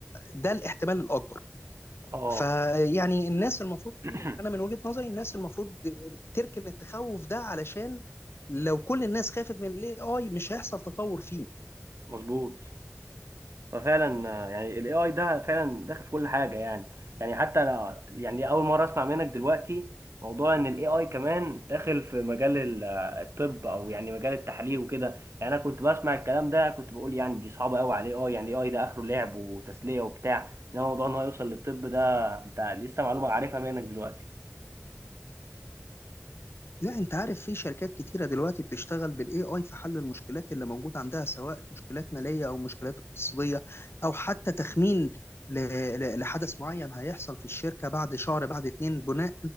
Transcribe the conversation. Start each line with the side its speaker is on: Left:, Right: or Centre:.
Left: ده الاحتمال الاكبر
Right: اه
Left: فيعني الناس المفروض
Right: <clears throat>
Left: انا من وجهة نظري الناس المفروض تركن التخوف ده علشان لو كل الناس خافت من الاي اي مش هيحصل تطور فيه
Right: مظبوط ففعلا آه، يعني الاي اي ده فعلا داخل في كل حاجه يعني يعني حتى انا يعني اول مره اسمع منك دلوقتي موضوع ان الاي اي كمان داخل في مجال ال- آه، الطب او يعني مجال التحاليل وكده يعني انا كنت بسمع الكلام ده كنت بقول يعني دي صعبه قوي على الاي اي يعني الاي اي ده اخره لعب وتسليه وبتاع انما موضوع ان هو يوصل للطب ده انت لسه معلومه عارفها منك دلوقتي
Left: لا انت عارف في شركات كتيرة دلوقتي بتشتغل بالاي اي في حل المشكلات اللي موجودة عندها سواء مشكلات مالية او مشكلات اقتصادية او حتى تخمين ل- ل- لحدث معين هيحصل في الشركة بعد شهر بعد اتنين بناء